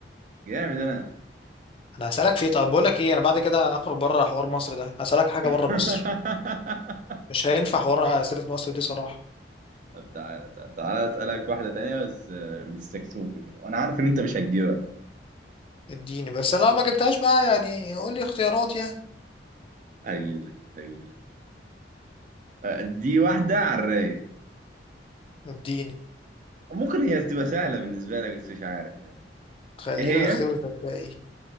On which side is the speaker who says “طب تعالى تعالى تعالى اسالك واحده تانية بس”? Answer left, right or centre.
Right